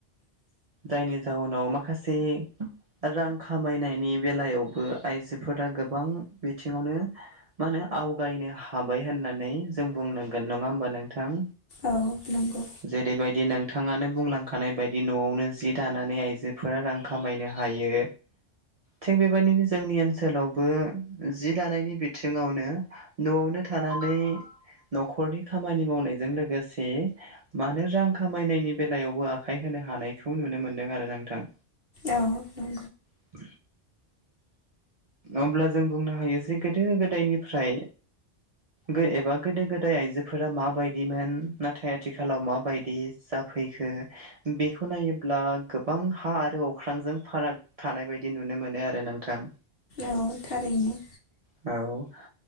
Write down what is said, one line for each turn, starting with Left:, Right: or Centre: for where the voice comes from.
Right: जायनि जाउनाव माखासे रां खामायनायनि बेलायावबो आइजोफोरा गोबां बिथिङावनो मा होनो आवगायनो हाबाय होननानै जों बुंनांगोन नङा होमबा नोंथां
Left: औ नंगौ
Right: जेरैबादि नोंथाङानो बुंलांखानाय बायदि न'आवनो जि दानानै आइजोफोरा रां खामायनो हायो थिग बेबायदिनो जोंनि ओनसोलावबो जि दानायनि बिथिङावनो न'आवनो थानानै न'खरनि खामानि मावनायजों लोगोसे मानो रां खामायनायनि बेलायावबो आखाइ होनो हानायखौ नुनो मोन्दों आरो नोंथां
Left: औ नं
Right: <inaudible> अब्ला जों बुंनो हायो जे गोदो गोदायनिफ्राय गो एबा गोदो गोदाय आइजोफोरा माबायदिमोन नाथाय आथिखालाव माबायदि जाफैखो बेखौ नायोब्ला गोबां हा आरो अख्रांजों फाराग थानाय बायदि नुनो मोनो आरो नोंथां
Left: औ थारैनो
Right: औ